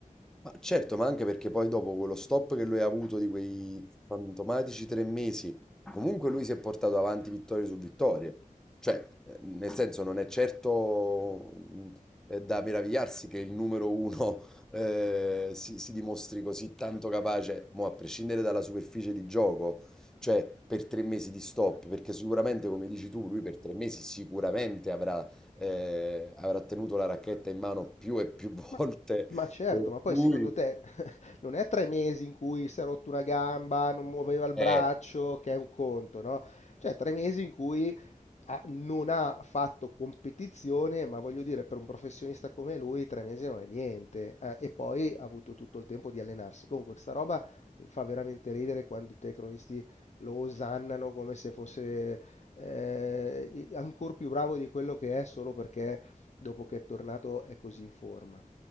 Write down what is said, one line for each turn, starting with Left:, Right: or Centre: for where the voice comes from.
Centre: Ma certo, ma anche perché poi dopo quello stop che lui ha avuto di quei fantomatici tre mesi, comunque lui si è portato avanti vittorie su vittorie. Cioè, eh, nel senso, non è certo mh, eh, da meravigliarsi che il numero uno <laughs> eh, si, si dimostri così tanto capace, mo a prescindere dalla superficie di gioco, cioè per tre mesi di stop, perché sicuramente, come dici tu, lui per tre mesi sicuramente avrà eh, avrà tenuto la racchetta in mano più e più <laughs>
Left: Ma
Centre: volte,
Left: ma certo,
Centre: per
Left: ma poi
Centre: cui
Left: secondo te <laughs> non è tre mesi in cui si è rotto una gamba, non muoveva il
Centre: eh,
Left: braccio, che è un conto, no? Cioè tre mesi in cui ha- non ha fatto competizione, ma voglio dire, per un professionista come lui, tre mesi non è niente. eh, e poi ha avuto tutto il tempo di allenarsi. Comunque, sta roba mi fa veramente ridere quando i telecronisti lo osannano come se fosse eh, ancora più bravo di quello che è solo perché dopo che è tornato è così in forma.